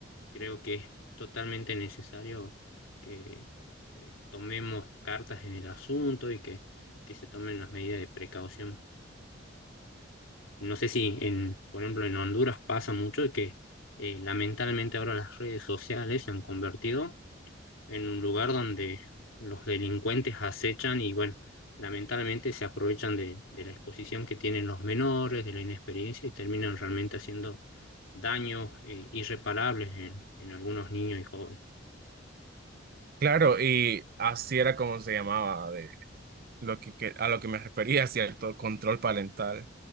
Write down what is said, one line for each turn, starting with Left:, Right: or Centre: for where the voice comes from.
Left: creo que es totalmente necesario que, que tomemos cartas en el asunto y que, que se tomen las medidas de precaución. No sé si, en, por ejemplo, en Honduras pasa mucho de que eh, lamentablemente ahora las redes sociales se han convertido en un lugar donde los delincuentes acechan y, bueno, lamentablemente se aprovechan de, de la exposición que tienen los menores, de la inexperiencia y terminan realmente haciendo daños eh, irreparables en, en algunos niños y jóvenes.
Right: Claro, y así era como se llamaba, de lo que, que- a lo que me refería, ¿cierto? Control parental.